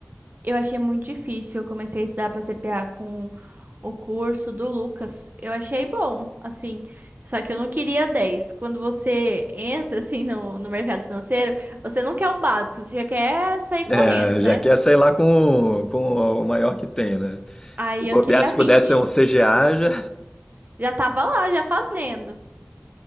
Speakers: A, on the right (about 45°); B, on the left (about 15°).
A: Eu achei muito difícil. Eu comecei a estudar para CPA com o curso do Lucas. Eu achei bom, assim. Só que eu não queria 10. Quando você entra, assim, no, no mercado financeiro, você não quer o básico, você já quer sair correndo,
B: é,
A: né?
B: já quer sair lá com, com o maior que tem, né?
A: Aí
B: Se bobear,
A: eu queria
B: se
A: 20.
B: pudesse ser um CGA, já.
A: Já tava lá, já fazendo.